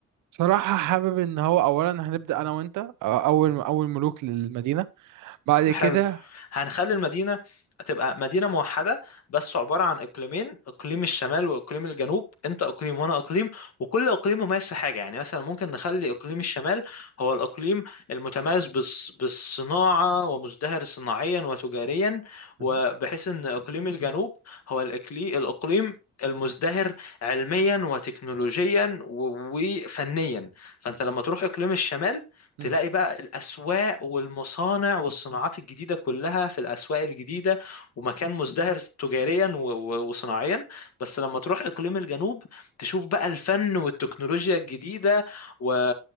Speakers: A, on the right; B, on the left.
A: بصراحة حابب إن هو أولا هنبدأ أنا وأنت أول أول ملوك للمدينة بعد
B: حلو
A: كده
B: هنخلي المدينة تبقى مدينة موحدة بس عبارة عن إقليمين إقليم الشمال وإقليم الجنوب أنت إقليم وأنا إقليم وكل إقليم مميز في حاجة يعني مثلا ممكن نخلي إقليم الشمال هو الإقليم المتميز بالص- بالصناعة ومزدهر صناعيا وتجاريا وبحيث
A: مهم.
B: أن إقليم الجنوب هو الإقلي- الإقليم المزدهر علميا وتكنولوجيا و- وفنيا فانت لما تروح اقليم الشمال
A: جامد.
B: تلاقي بقى الأسواق والمصانع والصناعات الجديدة كلها في الأسواق الجديدة ومكان مزدهر تجاريا و- و- وصناعيا بس لما تروح إقليم الجنوب تشوف بقى الفن والتكنولوجيا الجديدة و...